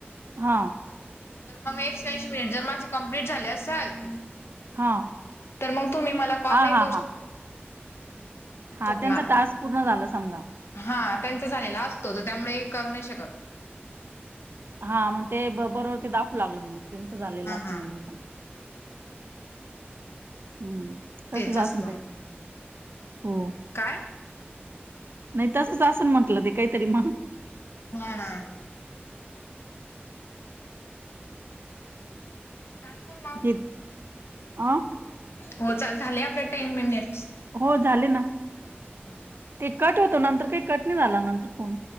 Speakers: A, on the right; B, on the left.
A: हां,
B: तर मग एकशे ऐंशी मिनिटं जर माझे कंप्लीट झाले असेल
A: हां,
B: तर मगं तुम्ही मला कॉल
A: हा,
B: नाही
A: हा,
B: करू
A: हां. हा
B: शकणार
A: त्यांच टास्क पूर्ण झाला समजा.
B: हा त्यांचा झालेला असतो, तर त्यामुळे करू नाही शकत.
A: हा मग ते बरोबर ते दाखवू लागलं मंग त्यांच झालेलं
B: हा
A: असंल
B: हा
A: नेहमीचं. हम्, तसंच
B: तेच असतो
A: असेल काही तरी, हो.
B: काय
A: नाही तसंच असंन म्हंटलं ते काहीतरी मगं.
B: हा ना, चालतयं मंग
A: हे अ
B: हो चालं, झाले आपले टेन मिनिट्स.
A: हो झाले ना.
B: हो-हो.
A: ते कट होतं, नंतर काही कट नाही झाला नंतर फोन.